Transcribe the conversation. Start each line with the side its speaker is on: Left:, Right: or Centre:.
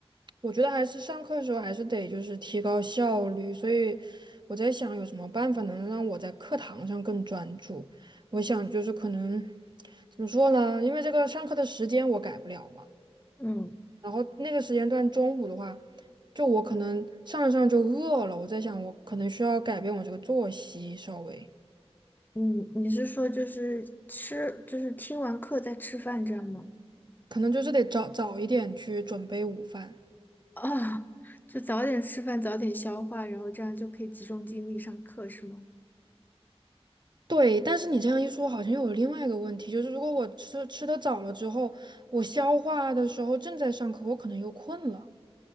Right: 我觉得还是上课的时候还是得就是提高效率，所以我在想有什么办法能让我在课堂上更专注。我想就是可能怎么说呢？因为这个上课的时间我改不了嘛，
Left: 嗯。
Right: 然后那个时间段中午的话，就我可能上着上着就饿了，我在想我可能需要改变我这个作息稍微，
Left: 嗯，你是说就是吃，就是听完课再吃饭这样吗？
Right: 可能就是得早早一点去准备午饭。
Left: 啊，就早点吃饭，早点消化，然后这样就可以集中精力上课，是吗？
Right: 对，但是你这样一说，好像又有另外一个问题，就是如果我吃吃的早了之后，我消化的时候正在上课，我可能又困了。